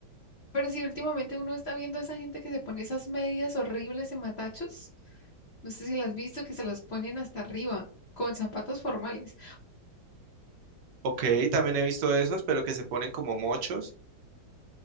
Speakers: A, on the left; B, on the right.
A: pero si últimamente uno está viendo a esa gente que se pone esas medias horribles de matachos, no sé si las has visto, que se las ponen hasta arriba con zapatos formales.
B: Ok, también he visto esos, pero que se ponen como mochos.